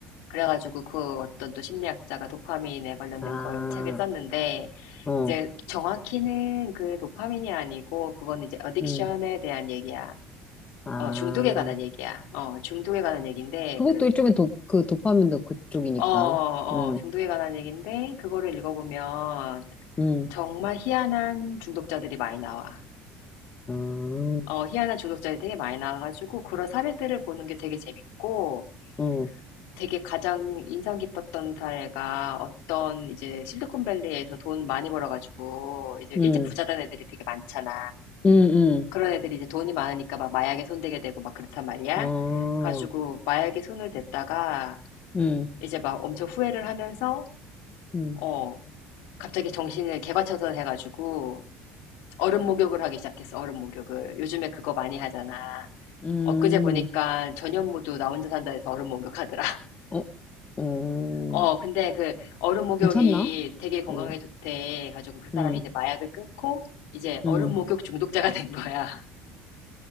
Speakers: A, on the left (about 80°); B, on the left (about 25°).
A: 그래가지고 그 어떤 또 심리학자가 도파민에 관련된
B: 아,
A: 걸 책에 썼는데
B: 어,
A: 이제 정확히는 그 도파민이 아니고 그건 이제 어딕션에
B: 음,
A: 대한 얘기야.
B: 아.
A: 어, 중독에 관한 얘기야. 어, 중독에 관한 얘기인데
B: 그것도
A: 그,
B: 일종의 도, 그 도파민도 그쪽이니까.
A: 어, 어,
B: 음,
A: 중독에 관한 얘기인데 그거를 읽어보면
B: 음,
A: 정말 희한한 중독자들이 많이 나와.
B: 아, 어,
A: 어, 희한한 중독자들이 되게 많이 나와가지고 그런 사례들을 보는 게 되게 재밌고
B: 어,
A: 되게 가장 인상 깊었던 사례가 어떤 이제 실리콘밸리에서 돈 많이 벌어가지고 이제
B: 음,
A: 일찍 부자 된 애들이 되게 많잖아.
B: 음,
A: 그런 애들이 이제 돈이 많으니까 막 마약에 손대게 되고 막 그렇단 말이야.
B: 음, 어,
A: 가지고 마약에 손을 댔다가
B: 음,
A: 이제 막 엄청 후회를 하면서
B: 음,
A: 어, 갑자기 정신을 개과천선 해가지고 얼음 목욕을 하기 시작했어, 얼음 목욕을. 요즘에 그거 많이 하잖아.
B: 음,
A: 엊그제 보니까 전현무도 나 혼자 산다 해서 얼음 목욕하더라. <laughs>
B: 어, 어. 어,
A: 어, 근데 그 얼음 목욕이
B: 괜찮나?
A: 되게 건강에
B: 어,
A: 좋대. 가지고 그 사람이
B: 음,
A: 이제 마약을 끊고 이제 얼음
B: 음.
A: 목욕 중독자가 된 거야. <laughs>